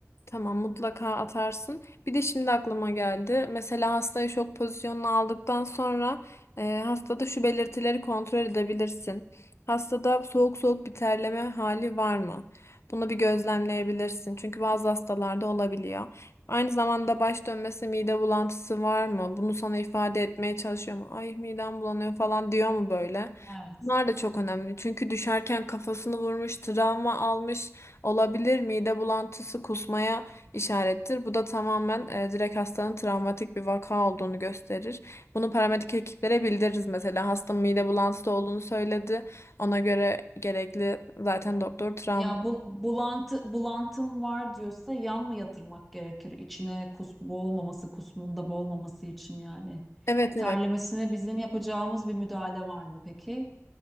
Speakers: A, on the left; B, in the centre.
A: Tamam mutlaka atarsın. Bir de şimdi aklıma geldi. Mesela hastayı şok pozisyonuna aldıktan sonra e, hastada şu belirtileri kontrol edebilirsin. Hastada soğuk soğuk bir terleme hali var mı? Bunu bir gözlemleyebilirsin. Çünkü bazı hastalarda olabiliyor. Aynı zamanda baş dönmesi, mide bulantısı var mı? Bunu sana ifade etmeye çalışıyor mu? Ay midem bulanıyor falan diyor mu böyle?
B: Evet.
A: Bunlar da çok önemli. Çünkü düşerken kafasını vurmuş, travma almış. Olabilir mide bulantısı kusmaya işarettir. Bu da tamamen e, direkt hastanın travmatik bir vaka olduğunu gösterir. Bunu paramedik ekiplere bildiririz mesela. Hasta mide bulantısı olduğunu söyledi. Ona göre gerekli zaten doktor travma.
B: Ya bu, bulantı, bulantım var diyorsa yan mı yatırmak gerekir? İçine kus, boğulmaması, kusmunda boğulmaması için yani.
A: Evet
B: Terlemesine
A: evet.
B: bizim yapacağımız bir müdahale var mı peki?